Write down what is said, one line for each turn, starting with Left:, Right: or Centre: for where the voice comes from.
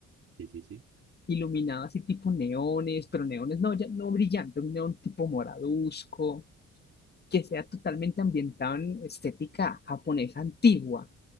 Right: Sí, sí, sí.
Left: iluminado así tipo neones, pero neones no, ya no brillante, un neón tipo moraduzco, que sea totalmente ambientado en estética japonesa antigua,